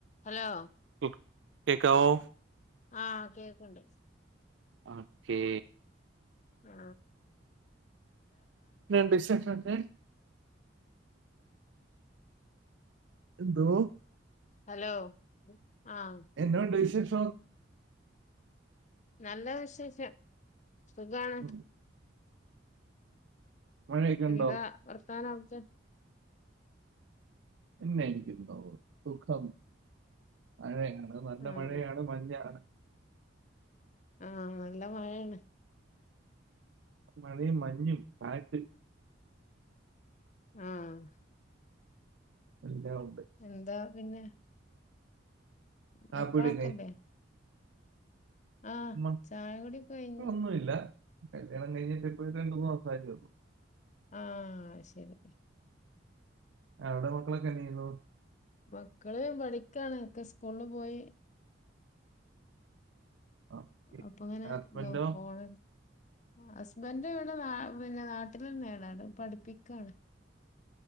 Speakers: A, on the left (about 40°); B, on the right (about 75°).
A: Hello
B: ഉം കേക്കാവോ
A: ആ കേക്കിണ്ട്
B: ഓക്കേ
A: ആ
B: <unintelligible> വിശേഷൊക്കെ? എന്തോ
A: ഹലോ ആഹ്
B: എന്നാ ഒണ്ട് വിശേഷ്
A: നല്ല വിശേഷം സുഖാണ്
B: ഉം മഴയൊക്കെ ഉണ്ടോ
A: എന്താ വർ <unintelligible>
B: പിന്നെ എനിക്ക് <unintelligible> സുഖം മഴയെ നല്ല
A: ആഹ്
B: മഴയാണ് മഞ്ഞാണ്
A: ആഹ് നല്ല മഴയാണ്
B: മഴയും മഞ്ഞും കാറ്റും
A: ആഹ്
B: <unintelligible>
A: എന്താ പിന്നെ
B: കാപ്പികുടി
A: മക്കളൊക്കെല്ലേ? ആഹ്
B: <unintelligible>
A: ചായ കുടി കഴിഞ്ഞ്
B: ഒന്നുവില്ല കല്യാണം കഴിഞ്ഞിട്ട് ഇപ്പഴ്‌ത്തേന് രണ്ടു മൂന്നു മാസായതേ ഒള്ളൂ
A: ആ ശെരി
B: അവടെ മക്കളൊക്കെന്നയ്യുന്നു
A: മക്കള് പഠിക്കാണ് ഒക്കെ സ്കൂളില് പോയി
B: ഓക്കേ
A: അപ്പൊ ങ്ങനെ
B: ഹസ്ബൻഡോ
A: നോ ഫോണെട്ത്ത് ഹസ്ബൻഡ വീടെ ന പിന്നെ നാട്ടിലെന്നെണ് അടെ പഠിപ്പിക്കണ്